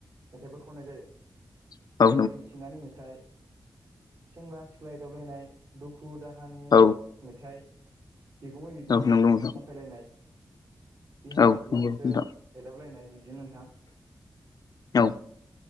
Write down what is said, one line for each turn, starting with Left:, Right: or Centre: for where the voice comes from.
Right: मेथाइफोर खननाय जायो
Left: नंगौ नोंथां
Right: जेरै मिथिंगानि मेथाइ सेंग्रा सिख्लाय एदावलायनाय दुखु दुखु दाहानि
Left: औ
Right: मेथाइ बिगुमै बिबोनां
Left: औ नंगौ नोंथां
Right: जंखायलायनाय बिहाव
Left: औ
Right: बिहामजो
Left: नंगौ
Right: एदावलायनाय बिब्दिनो नोंथां
Left: औ